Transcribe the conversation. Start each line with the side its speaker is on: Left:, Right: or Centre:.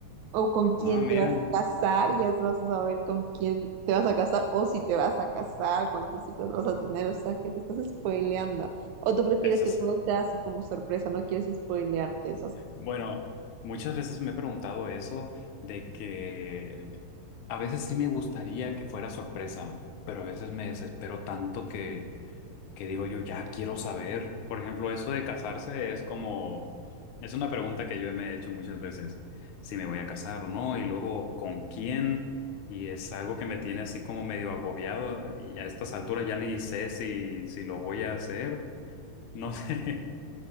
Right: o con quién
Left: Ah, mira,
Right: te vas a casar, ya vas a saber con quién te vas a casar, o si te vas a casar, cuántos hijos vas a tener, o sea, que te estás spoileando. O tú prefieres
Left: esas.
Right: que todo sea así como sorpresa, no quieres spoilearte esas.
Left: Bueno, muchas veces me he preguntado eso de que a veces sí me gustaría que fuera sorpresa, pero a veces me desespero tanto que que digo yo, ya quiero saber. Por ejemplo, eso de casarse es como, es una pregunta que yo me he hecho muchas veces, si me voy a casar o no, y luego con quién, y es algo que me tiene así como medio agobiado, y a estas alturas ya ni sé si, si lo voy a hacer, no <laughs> sé,